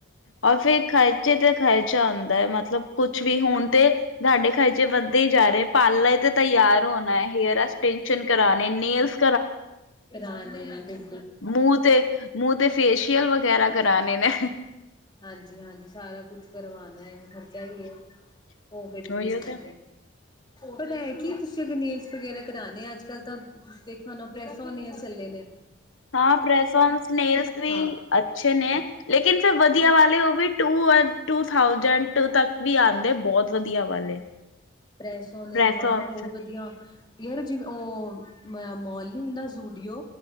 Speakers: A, on the left (about 75°); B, on the left (about 20°).
A: ਔਰ ਫੇਰ ਖਰਚੇ ਤੇ ਖਰਚਾ ਹੁੰਦਾ ਐ ਮਤਲਬ ਕੁਛ ਵੀ ਹੁਣ ਤੇ ਤਾਡੇ ਖਰਚੇ ਵੱਧਦੇ ਈ ਜਾ ਰੇ ਪਾਲਰ ਤੇ ਤਿਆਰ ਹੋਣਾ, ਹੇਅਰ ਐਕਸਟੈਨਸ਼ਨ ਕਰਾਣੇ, ਨੇੇਲਸ
B: ਕਰਾਂਣੇ ਬਿਲ
A: ਮੂੰਹ ਤੇ, ਮੂੰਹ ਤੇ ਫੇਸ਼ੀਅਲ ਵਗੈਰਾ ਕਰਾਨੇ ਨੇ।
B: ਹਾਂਜੀ-ਹਾਂਜੀ ਸਾਰਾ ਕੁਛ ਕਰਵਾਨੈ ਖਰਚਾ ਵੀ ਏ, ਓ ਕੇੜੀ
A: ਉਹੀਓ
B: ਚੀਜ਼
A: ਤੇ
B: ਕਾ ਪਰ ਮੈਂ ਕੀ ਤੁਸੀਂ ਅਗਰ ਨੇਲਜ ਵਗੈਰਾ ਕਰਾਣੇ ਆ ਅੱਜ-ਕੱਲ ਤਾਂ ਤੁਸੀਂ ਦੇਖਿਆ ਹੋਣਾ ਪ੍ਰੈਸ ਓਨ ਨੇਲਸ ਚੱਲੇ ਨੇ।
A: ਹਾਂ ਪ੍ਰੈਸ ਵਨਸ ਨੇਲਜ ਵੀ
B: ਹਾਂ
A: ਅੱਛੇ ਨੇ ਲੇਕਿਨ ਫਿਰ ਵਧੀਆ ਵਾਲੇ ਓ ਵੀ ਟੂ ਅ ਟੂ ਥਾਊਜੈਟ ਤੱਕ ਵੀ ਆਂਦੇ ਬੋਤ ਵਧੀਆ ਵਾਲੇ। <inaudible>
B: ਪ੍ਰੈਸੋ ਓ ਨੇ
A: ਪ੍ਰੈਸੋਨਸ
B: ਹਾਂ ਬੋਹ ਵਧੀਆ ਹੇਅਰ ਜਿਵੇਂ ਓ ਮ ਮੋਲ ਨੀ ਹੁੰਦਾ ਯੂਡੀਓ